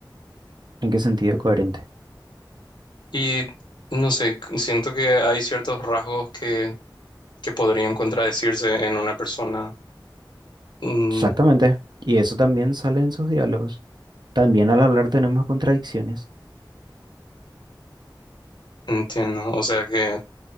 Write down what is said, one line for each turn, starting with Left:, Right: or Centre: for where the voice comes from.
Right: ¿En qué sentido coherente?
Left: Y no sé, siento que hay ciertos rasgos que, que podrían contradecirse en una persona. Mm,
Right: Exactamente. Y eso también sale en sus diálogos. También al hablar tenemos contradicciones.
Left: Entiendo, o sea que